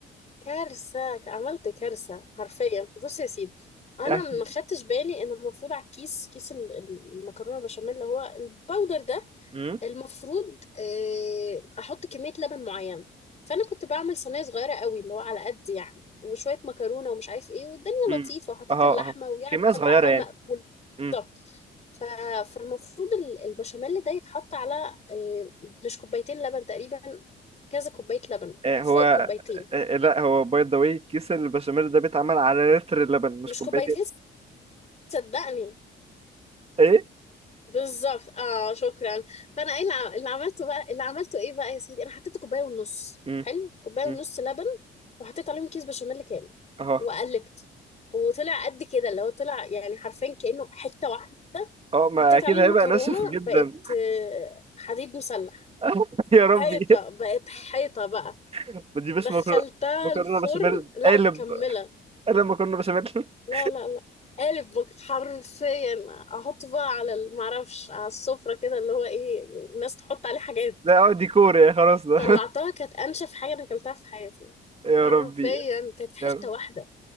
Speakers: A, on the left (about 35°); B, on the right (about 30°).
A: كارثه عملت كارثه حرفيا بص يا سيدي انا
B: <laughs> احكي
A: ما خدتش بالي ان المفروض على الكيس كيس ال- المكرونه بشاميل اللي هو الباودر ده
B: امم
A: المفروض آه، احط كميه لبن معينه فانا كنت بعمل صينيه صغيره قوي اللي هو على قد يعني وشويه مكرونه ومش عارف ايه والدنيا
B: امم
A: لطيفه وحطيت
B: اه
A: اللحمه
B: اه
A: ويعني
B: كمية
A: كان
B: صغيرة
A: طعمها
B: يعني
A: مقبول
B: امم
A: بالظبط ف- فالمفروض ال- البشاميل ده يتحط على آه، مش كوبايتين لبن تقريبا كذا كوبايه لبن
B: آه هو
A: فوق الكوبايتين
B: آه آه، لا هو باي ذا واي كيس البشاميل ده بيتعمل على لتر اللبن مش
A: مش
B: كوبايتين
A: كوبايتين صدقني
B: ايه
A: بالظبط اه شكرا فانا ايه اللي ع- اللي عملته بقى اللي عملته ايه بقى يا سيدي انا حطيت كوبايه ونص
B: امم
A: حلو كوبايه
B: امم
A: ونص لبن وحطيت عليهم كيس بشاميل كامل
B: اه
A: وقلبت وطلع قد كده اللي هو طلع يعني حرفيا كانه حته واحده
B: اه ما
A: حطيت
B: اكيد
A: عليه المكرونه
B: هيبقى ناشف جدا
A: بقت آه، حديد مسلح
B: <laughs> يا
A: حيطه
B: ربي
A: بقت حيطه بقى
B: ما تجيبش
A: دخلتها
B: مكرونه مكرونه
A: الفرن
B: بشاميل
A: لا
B: قالب
A: مكمله
B: قالب مكرونه بشاميل <laughs>
A: لا لا لا قالب بك- حرفيا احط بقى على ال- معرفش على السفرة كده اللي هو ايه يعني الناس تحط عليه حاجات
B: لا اه ديكور يعني خلاص ده
A: طلعتها كانت انشف حاجة انا اكلتها في حياتي
B: <laughs> يا
A: حرفيا
B: ربي
A: كانت حتة
B: يا رب.
A: واحدة